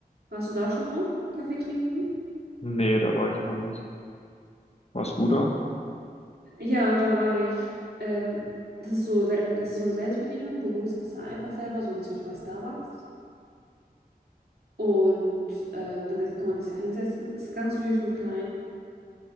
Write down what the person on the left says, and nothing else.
Nee, da war ich noch nicht. Warst du da?